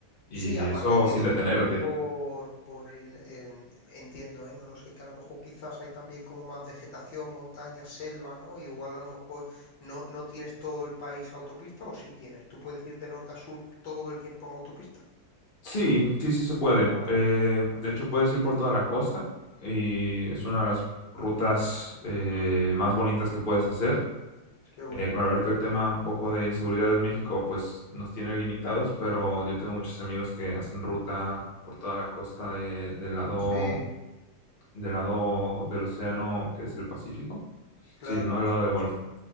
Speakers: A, on the left (about 35°); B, on the left (about 70°).
A: y
B: Sí, aparte
A: eso
B: entiendo
A: sin detenerte.
B: que también por, por el, en- entiendo, ¿eh? No lo sé, que a lo mejor quizás hay también como más vegetación, montaña, selva, ¿no? Igual a lo mejor no, no tienes todo el país autopista o sí tienes. ¿Tú puedes ir de norte a sur todo el tiempo en autopista?
A: Sí, sí, sí se puede.
B: Ah,
A: Eh,
B: vale, vale, vale,
A: de
B: vale.
A: hecho, puedes ir por toda la costa y es una de las rutas eh,
B: Ujú.
A: más bonitas que puedes hacer.
B: Qué bueno.
A: Eh, claro, ahorita el tema un poco de inseguridad en México, pues nos tiene limitados, pero yo tengo muchos amigos que hacen ruta por toda la costa de- del lado
B: Sí,
A: del lado del océano que es el Pacífico,
B: claro,
A: sí, no del
B: sí,
A: lado del
B: sí,
A: Golfo.
B: sí,